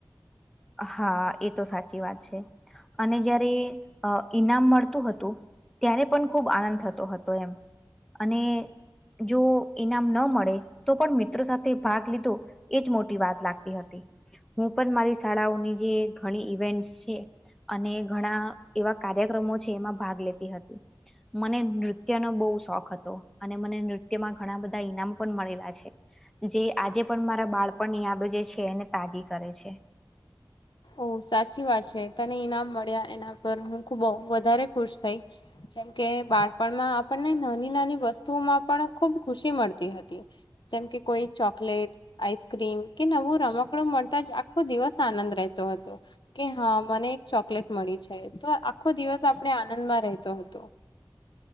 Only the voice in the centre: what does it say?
હા એ તો સાચી વાત છે અને જયારે ઈનામ મળતું હતું ત્યારે પણ ખૂબ આનંદ થતો હતો એમ અને જો ઈનામ ન મળે તો પણ મિત્રો સાથે ભાગ લીધો એજ મોટી વાત લાગતી હતી હું પણ મારી શાળાઓની જે ઘણી ઈવેન્ટસ છે અને ઘણા એવા કાર્યક્રમો છે એમાં ભાગ લેતી હતી મને નૃત્યનો બહુ શોખ હતો અને મને નૃત્યમાં ઘણા બધા ઈનામ પણ મળેલા છે જે આજે પણ મારા બાળપણની યાદો જે છે એને તાજી કરે છે